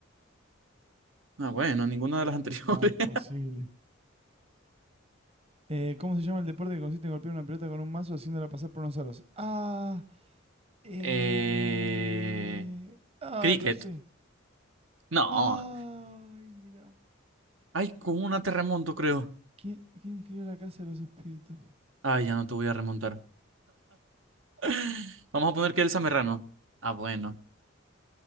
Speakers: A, on the right; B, on the right.
A: Ah, bueno, ninguna de las anteriores.
B: No, imposible.
A: <laughs>
B: Eh, ¿cómo se llama el deporte que consiste en golpear una pelota con un mazo haciéndola pasar por unos aros? Ah, eh,
A: Eh,
B: ay,
A: cricket.
B: no sé.
A: No.
B: Ay, mira.
A: Ay, con una te remonto, creo.
B: ¿Quién, quién escribió La Casa de los Espíritus?
A: Ay, ya no te voy a remontar. <laughs> Vamos a poner que Elsa Merrano. Ah, bueno.